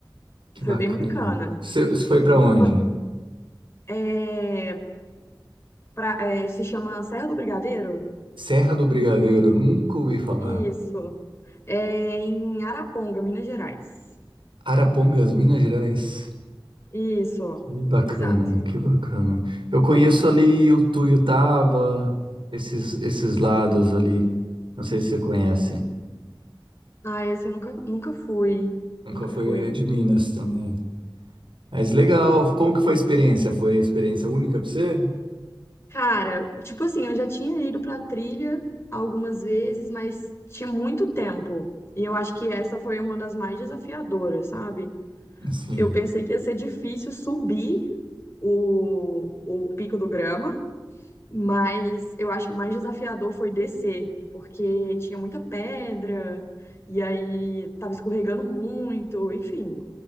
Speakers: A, on the right; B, on the left.
A: que
B: Foi
A: bacana.
B: bem bacana.
A: Você, você foi para onde?
B: Foi- é, pra- é, se chama Serra do Brigadeiro?
A: Serra do Brigadeiro, nunca ouvi falar.
B: Isso. É em Araponga, Minas Gerais.
A: Arapongas, Minas Gerais.
B: Isso,
A: Que bacana,
B: exato.
A: que bacana. Eu conheço ali o Tuiutaba, esses, esses lados ali. Não sei se você conhece.
B: Ah, esse eu nunca, nunca fui.
A: Nunca
B: Nunca
A: foi
B: fui.
A: é de Minas também. Mas legal, como que foi a experiência? Foi experiência única para você?
B: Cara, tipo assim, eu já tinha ido pra trilha algumas vezes, mas tinha muito tempo. E eu acho que essa foi uma das mais desafiadoras, sabe?
A: Assim,
B: Eu pensei que ia ser difícil subir o, o Pico do Grama, mas eu acho que o mais desafiador foi descer, porque tinha muita pedra, e aí tava escorregando muito, enfim.